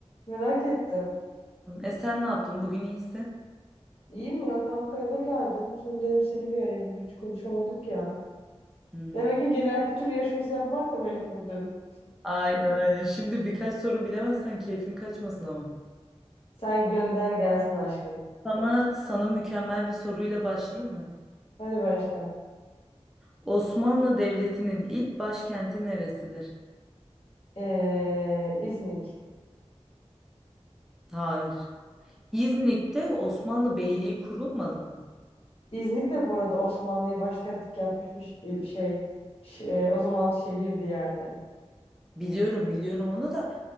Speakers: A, on the left; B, in the centre.
A: Merak ettim.
B: e sen ne yaptın? Bugün iyisin.
A: İyiyim ya kanka eve geldim. Sonra dedim seni bir arayayım. Bugün hiç konuşamadık ya.
B: Hmm.
A: Demek ki genel kültür yarışması yapmakla meşguldün.
B: Aynen aynen. Şimdi birkaç soru bilemezsen keyfin kaçmasın ama.
A: Sen gönder gelsin aşkım.
B: Sana, sana mükemmel bir soruyla başlayayım mı?
A: Hadi başla.
B: Osmanlı Devleti'nin ilk başkenti neresidir?
A: Ee, İznik.
B: Hayır. İznik'te Osmanlı Beyliği kurulmadı mı?
A: İznik de bu arada Osmanlı'ya başkentlik yapmış bir ş- e, şey. Ş- e, o zaman şehirdi yani.
B: Biliyorum biliyorum onu da